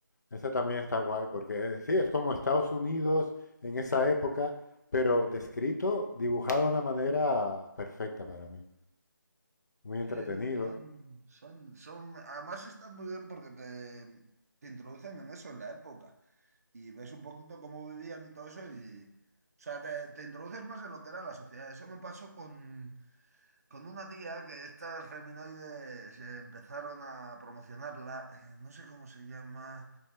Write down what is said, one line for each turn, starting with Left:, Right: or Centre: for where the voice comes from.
Left: Esa también está guay porque sí, es como Estados Unidos en esa época, pero descrito, dibujado de una manera perfecta para mí. Muy
Right: Sí,
Left: entretenido.
Right: no, son, son, son, además están muy bien porque te, te introducen en eso, en la época, y ves un poquito cómo vivían y todo eso, y, o sea, te, te introduces más en lo que era la sociedad. Eso me pasó con, Con una tía que estas feminoides eh, empezaron a promocionarla, eh, no sé cómo se llama